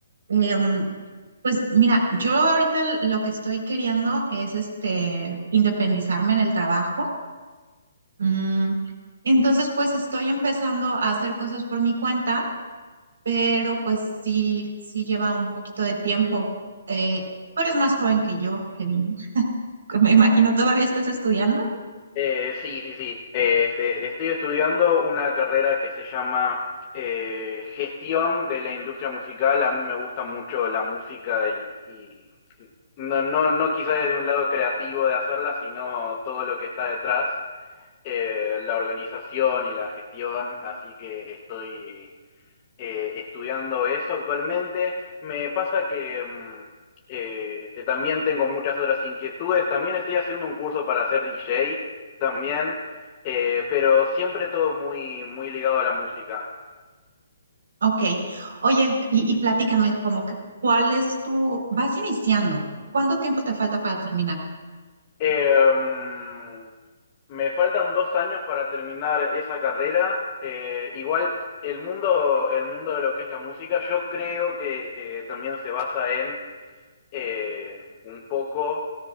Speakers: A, on the right; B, on the left.
A: Em, pues mira, yo ahorita l- lo que estoy queriendo es este independizarme en el trabajo. Mm, entonces, pues estoy empezando a hacer cosas por mi cuenta, pero pues sí, sí lleva un poquito de tiempo. Eh, tú eres más joven que yo, Kevin. Me imagino, ¿todavía estás estudiando?
B: Eh, sí, sí, sí. Eh, este, estoy estudiando una carrera que se llama eh, Gestión de la Industria Musical. A mí me gusta mucho la música y, y- y no, no, no quizá desde un lado creativo de hacerla, sino todo lo que está detrás, eh, la organización y la gestión. Así que estoy eh, estudiando eso actualmente. Me pasa que mm, eh, este, también tengo muchas otras inquietudes. También estoy haciendo un curso para ser DJ también, eh, pero siempre todo muy, muy ligado a la música.
A: Ok. Oye, y, y platícame como que, ¿cuál es tu... Vas iniciando. ¿Cuánto tiempo te falta para terminar?
B: Eh, mm, me faltan dos años para terminar esa carrera. Eh, igual el mundo, el mundo de lo que es la música, yo creo que eh, también se basa en eh, un poco